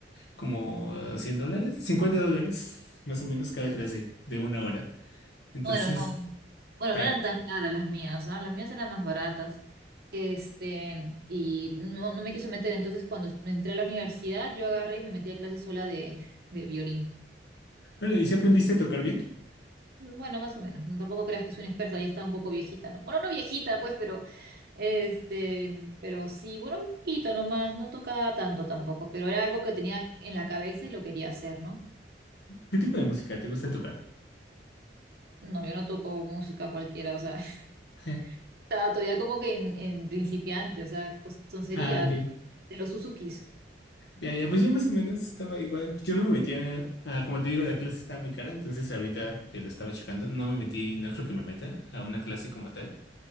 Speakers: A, on the left (about 65°); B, on the right (about 60°).
A: como eh, 100 dólares, 50 dólares, más o menos cada clase de una hora. Entonces,
B: Bueno, no, bueno,
A: tac.
B: no eran tan caras las mías, ¿ah? Las mías eran más baratas. Este, y no, no me quiso meter. Entonces, cuando entré a la universidad, yo agarré y me metí a clases sola de, de violín.
A: Bueno, ¿y si aprendiste a tocar bien?
B: Bueno, más o menos. no, Tampoco creas que soy una experta, ya está un poco viejita, ¿no? Bueno, no viejita, pues, pero este, pero sí, bueno, un poquito nomás, no tocaba tanto tampoco, pero era algo que tenía en la cabeza y lo quería hacer, ¿no?
A: ¿Qué tipo de música te gusta tocar?
B: No, yo no toco música cualquiera, o sea, <laughs>
A: <laughs>
B: estaba todavía como que en, en principiante, o sea, cos- tonterías
A: Ah, ok.
B: de los Suzukis.
A: Ya, ya, pues yo más o menos estaba igual. Yo no me metía, ah, como te digo, la clase estaba muy cara, entonces ahorita que lo estaba checando, no me metí, no creo que me meta a una clase como tal.